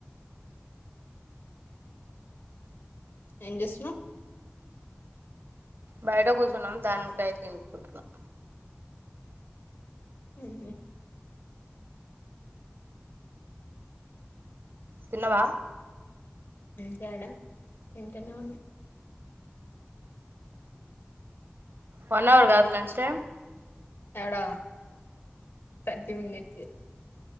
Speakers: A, on the left (about 70°); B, on the right (about 65°).
A: ఏంచేస్తున్నావ్
B: బయట కూర్చున్నాం దానిమకాయలు తినుకుంటున్నాం
A: ఉహుం
B: తన్నవా
A: తడా తింటనే ఉన్నా
B: వన్ అవర్ కాదు లంచ్ టైం
A: ఎడా థర్టీ మినట్స్